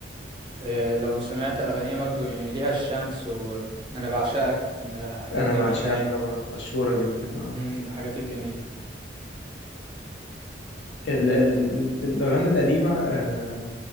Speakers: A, on the right; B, on the left.
A: آه، لو سمعت اغانيها برضه يعني ليها الشمس وانا بعشقك من آه، حاجات
B: انا
A: جميله
B: بعشقك
A: يعني
B: طبعا مشهورة جدا اه
A: امم الحاجات الجميله
B: ال ال ال الاغاني القديمة آه